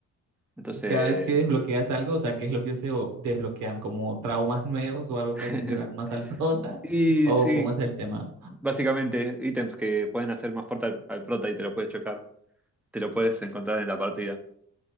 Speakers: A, in the centre; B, on the right.
A: Entonces,
B: Y cada vez que desbloqueas algo, o sea, ¿qué es lo que se o- desbloquean? ¿Como traumas nuevos o algo
A: <laughs>
B: que hacen llorar más al prota?
A: y
B: ¿O
A: sí,
B: cómo es el tema?
A: básicamente ítems que pueden hacer más fuerte al, al prota y te lo puedes chocar, te lo puedes encontrar en la partida.